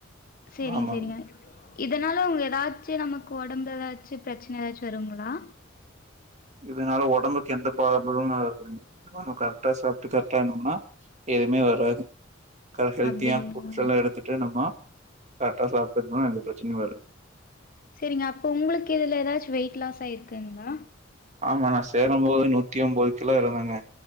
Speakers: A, on the left; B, on the right.
A: சரிங்க
B: ஆமாங்க
A: சரிங்க இதனால அவங்க ஏதாச்சு நமக்கு ஒடம்பு ஏதாச்சு பிரச்சனை ஏதாச்சு வருங்களா
B: இதனால உடம்புக்கு எந்த ப்ராப்லம் வராதுங்க நம்ம கரெக்டா சாப்ட்டு கரெக்டா இருந்தோம்னா எதுமே வராது க ஹலத்தியான
A: அப்டிங்களா
B: ஃபுட்ஸ்லா எடுத்து பத்துட்டு நம்ம கரெக்டா சாப்டோமா எந்த பிரச்சனையு வரு
A: சரிங்க அப்போ உங்களுக்கு இதுல ஏதாச்சு வெயிட் லாஸ் ஆயிருக்குங்களா
B: ஆமா நா சேரம்போது நூத்தி ஒன்பது கிலோ இருந்தேங்க